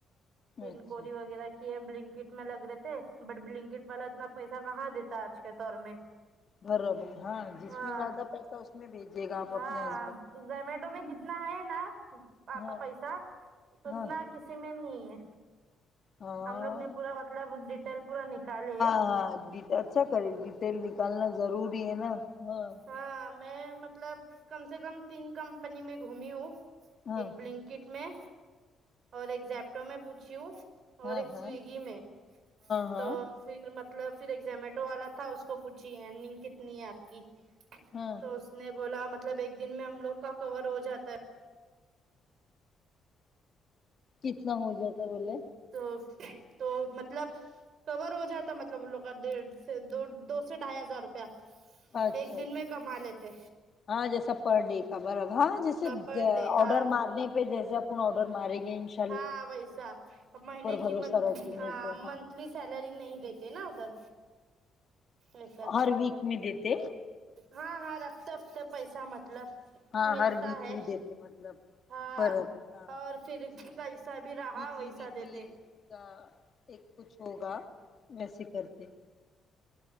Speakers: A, on the right; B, on the left.
A: تینکوری
B: اچھا
A: وغیرہ کہ یہ بلنکٹ میں لگ رہے تھے بٹ بلنکٹ والا اتنا پیسہ کہاں دیتا ہے آج کے دور میں
B: برابر ہاں جس
A: ہاں
B: میں زیادہ پیسہ اس میں بھیجیے گا آپ
A: ہاں
B: اپنے ہسبینڈ
A: تو
B: کو
A: زومیٹو میں جتنا ہے نا پاپا
B: ہاں
A: پیسہ اتنا
B: ہاں
A: کسی میں نہیں ہے
B: ہاں
A: ہم لوگ نے پورا مطلب ڈیٹیل پورا نکالے
B: ہاں ڈیٹ اچھا کرے ڈیٹیل نکالنا ضروری ہے نا ہاں
A: ہاں میں مطلب کم سے کم تین کمپنی میں گھومی ہوں
B: ہاں
A: ایک بلنکٹ میں اور ایک زیپٹو میں پوچھی ہوں
B: ہاں
A: اور ایک
B: ہاں ہاں ہاں
A: سویگی میں
B: ہاں
A: تو پھر مطلب پھر ایک زومیٹو والا تھا اس کو پوچھی ارنگ کتنی ہے آپ کی
B: ہاں
A: تو اس نے بولا مطلب ایک دن میں ہم لوگ کا کور ہو جاتا ہے
B: کتنا ہو جاتا ہے بولے
A: تو تو مطلب کور ہو جاتا مطلب ان لوگ کا ڈیڑھ سے دو دو سے ڈھائی ہزار روپیہ
B: اچھا
A: ایک دن میں کما لیتے
B: ہاں جیسا پر ڈے کا برابر ہاں جیسے
A: پر ڈے ہاں
B: آڈر مارنے پہ جیسے اپن آرڈر مارے گے انشا
A: ہاں ویسا مہینے کی
B: بھروسہ
A: منتہلی
B: رکھیں
A: ہاں
B: گے تو
A: منتھ لی سیلری نہیں دیتے نا ادھر ایسا
B: ہر ویک میں دیتے
A: ہاں ہاں ہر ہفتے ہفتے پیسہ مطلب
B: ہاں
A: ملتا
B: ہر ویکلی
A: ہے
B: دیتے مطلب
A: ہاں
B: برابر ہاں
A: اور فھر جی کییسا بھی رہا
B: ویکلی
A: ویسا
B: ویکلی
A: دیتے
B: کا ایک کچھ ہوگا ویسے کرتے